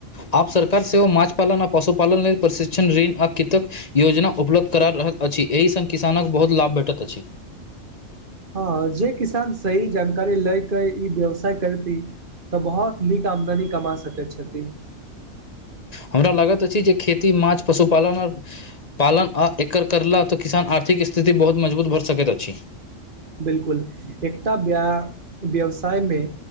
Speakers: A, on the left; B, on the right.
A: आब सरकार सेहो मछपालन आ पशुपालन लेल प्रशिक्षण ऋण आ कतक योजना उपलब्ध करा रहल अछि एहि संग किसानक बहुत लाभ भेटैत अछि
B: हँ जे किसान सही जानकारी लएके ई व्यवसाय करती तऽ बहुत नीक आमदनी कमा सकैत छथि
A: हमरा लागैत अछि जे खेती माछ पशुपालन ओर पालन आ एकर करलाह तऽ किसान आर्थिक स्थिति बहुत मजबूत भऽ सकैत अछि।
B: बिलकुल एकटा व्यवसायमे